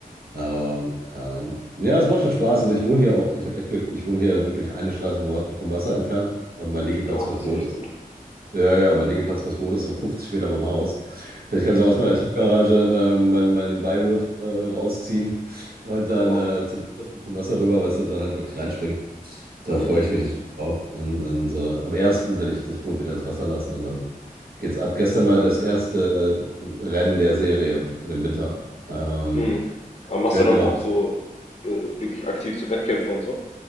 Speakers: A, on the right; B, on the left.
A: Ähm, ähm, ja, es macht schon Spaß. Also ich wohne hier auch, ich habe echt Glück, ich wohne hier wirklich eine Straße vom, Wa- vom Wasser entfernt. Und mein Liegeplatz
B: oh,
A: fürs
B: das
A: Boot
B: ist echt
A: ist.
B: gut.
A: Ja, ja, mein Liegeplatz fürs Boot ist so 50 Meter vom Haus. Ich
B: Mhm,
A: kann so aus meiner Tiefgarage äh, mein, mein Beiboot äh, rausziehen und dann
B: boah,
A: äh, zum, zum Wasser rüber, weißt du, und dann halt wirklich reinspringen. Da
B: mhm,
A: freue ich mich jetzt schon drauf. In, in so, am ersten werde ich das Boot wieder ins Wasser lassen und dann geht's ab. Gestern war das erste Rennen der Serie für den Winter. Ähm,
B: mhm. Aber machst
A: ich werde
B: du dann
A: mir noch
B: auch so, äh, wirklich aktiv zu Wettkämpfe und so?